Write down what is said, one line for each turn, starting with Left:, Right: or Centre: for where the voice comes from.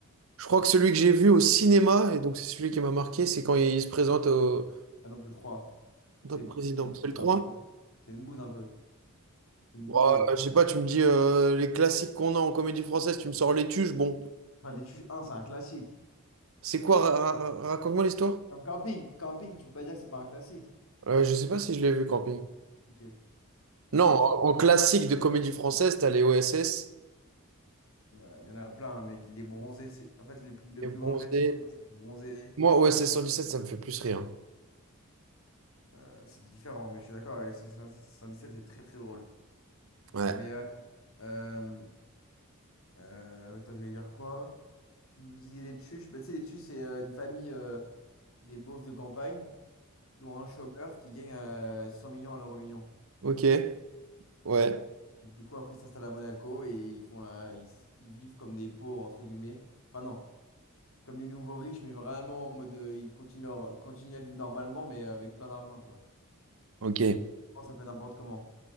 Right: Je crois que celui que j'ai vu au cinéma, et donc c'est celui qui m'a marqué, c'est quand il se présente au...
Left: Ah, donc le 3.
Right: en
Left: C'est
Right: tant que président.
Left: c'est une
Right: C'est
Left: bouse
Right: le trois
Left: un peu, non? C'est une bouse un peu. C'est une
Right: Ouais,
Left: bousole.
Right: je sais pas, tu me dis euh, les classiques qu'on a en comédie française, tu me sors Les Tuches, bon.
Left: Enfin, les Tuches un c'est un classique.
Right: C'est quoi, ra- ra- raconte-moi l'histoire?
Left: Comme camping. Camping, tu peux pas dire que c'est pas un classique.
Right: Euh, je sais pas si je l'ai vu, Camping.
Left: Ok. Donc
Right: Non,
Left: les Tuches.
Right: en, en classique de comédie française, t'as les OSS
Left: Ouais, mais il y en a plein, hein, mec. Les bronzés, c'est. En fait, le plus, le
Right: et
Left: plus
Right: Bronzé.
Left: grand classique, pour moi, c'est les bronzés.
Right: Moi, OSS 117, ça me fait plus rire.
Left: Euh, c'est différent, mais je suis d'accord avec 77, c'est très très drôle.
Right: Ouais.
Left: Mais euh, euh, euh, attends, je vais dire quoi? Tu me disais les Tuches. Bah, tu sais, les Tuches, c'est euh, une famille euh, des beaufs de campagne, dont un chômeur qui gagne euh, 100 millions à l'euro million.
Right: Ok, ouais.
Left: Et du coup, après, ils s'installent à Monaco et ils font la... ils, s- ils vivent comme des pauvres, entre guillemets. Enfin, non, comme des nouveaux riches, mais vraiment en mode euh, ils continuent, leur... continuent à vivre normalement, mais euh, avec plein d'argent, tu vois.
Right: Ok.
Left: Donc, ils pensent un peu n'importe comment.